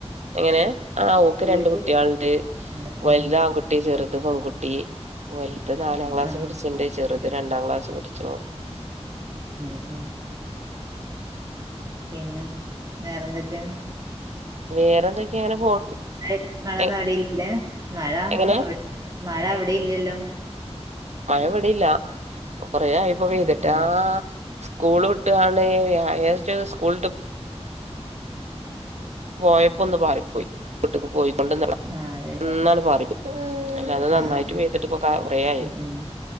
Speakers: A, on the right (about 80°); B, on the right (about 35°).
A: എങ്ങനെ ആ ആക്ക്
B: ഓര്ക്ക്
A: രണ്ട കുട്ടികളണ്ട്
B: അല്ല ഉം
A: വലുത
B: ഉം
A: ആൺകുട്ടി ചേത്ത് ഇത് പൺകുട്ടി വലത്ത് നാലാം ക്ലാസ്
B: ആഹ്
A: പടിച്ചിണ്ട് ചെറുത് രണ്ടാം ക്ലാസ് തോറ്
B: ഉം ഉം പിന്നെ വേറെന്തൊക്കെ
A: വേറെ ന്തൊക്കെയ അങ്ങനെ പോണ്
B: മ മഴൊന്നും
A: എ
B: അവിടെയില്ലല്ലേ മഴ
A: എങ്ങനെ
B: അ മഴ അവിടെയില്ലല്ലോ
A: മഴപെടിയില്ല കൊറേയിപ്പൊ പെയ്തിട്ടാ
B: ഉം ഉം
A: സ്കൂൾ വിട്ട്ണ് വ്യാഴാ സ്കൂളിട്ട് പോയപ്പോ ഒന്ന് പാറി പോയി വീട്ടിക്ക് പോയിക്കൊണ്ടള
B: ആഹ് അതെല്ലേ
A: എന്നാല മാറിപ്പോയി. അല്ല അത് നന്നായിട്ട്
B: ആഹ് ആഹ് ആഹ്
A: വെയ്ട്ടിട്ടൊകെ കൊറേയായി
B: ഉം ഉം